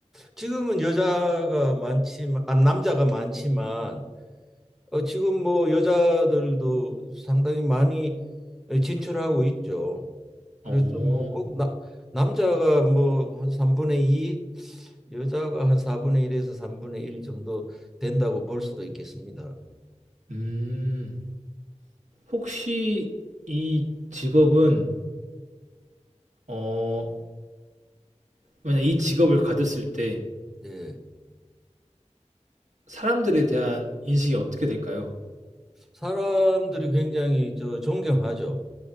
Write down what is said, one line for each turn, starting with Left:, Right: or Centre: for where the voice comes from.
Centre: 지금은 여자가 많지만, 아, 남자가 많지만, 어, 지금 뭐 여자들도 상당히 많이 진출하고 있죠. 그래서
Right: 어.
Centre: 뭐 꼭 나, 남자가 뭐 한 3분의 2, 여자가 한 4분의 1에서 3분의 1 정도 된다고 볼 수도 있겠습니다.
Right: 음. 혹시 이 직업은 어 만약 이 직업을 가졌을 때
Centre: 예.
Right: 사람들에 대한 인식이 어떻게 될까요?
Centre: 사람들이 굉장히 저 존경하죠.